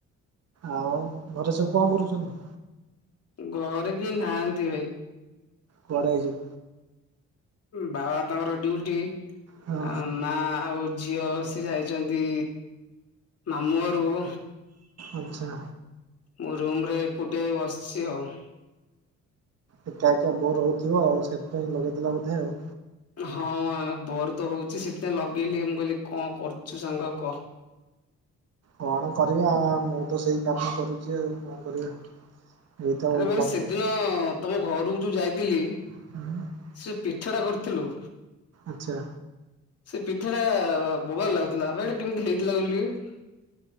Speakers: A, on the right; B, on the left.
A: ଆଉ ଘରେ ସବୁ କଣ କରୁଛନ୍ତି।
B: ଘରେ କେହି ନାହାନ୍ତି ଭାଇ
A: କୁଆଡେ ଯାଇଚ
B: ବାବା ତାଙ୍କର ଡିଉଟି
A: ହଁ
B: ଆଁ ମା ଆଉ ଝିଅ ଯାଇଚନ୍ତି ମାମୁଁ ଘରକୁ
A: ଆଚ୍ଛା।
B: ମୁଁ ରୁମରେ ଏକୁଟିଏ ବସିଛି ଆଉ
A: ଏକା ଏକା ବୋର ହଉଥିବ ଆଉ ସେଥିପାଇଁ ଲଗେଇଦେଲା ବୋଧେ ଆଉ
B: ହଁ ଆ ବୋର ତ ହଉଛି ସେଥିପାଇଁ ଲଗେଇଲି ମୁଁ କହିଲି କଣ କରୁଛୁ ସାଙ୍ଗ କହ?
A: କଣ କରିବା ଆ ମୁଁ ତ ସେଇ କାମ କରୁଛି ଆଉ କଣ କରିବା। ଏଇତ
B: ଆରେ
A: ଆଉ
B: ଭାଇ
A: କର
B: ସେଦିନ ତମ ଘରୁକୁ ଯୋଉ ଯାଇଥିଲି।
A: ହୁଁ।
B: ସେ ପିଠାଟା କରିଥିଲୁ।
A: ଆଚ୍ଛା।
B: ସେ ପିଠା ଟା ବୋବାଲ ଲାଗୁଥିଲା ଆବେ ଏଟା କେମିତି ହେଇଥିଲା କହିଲୁ ଟିକେ?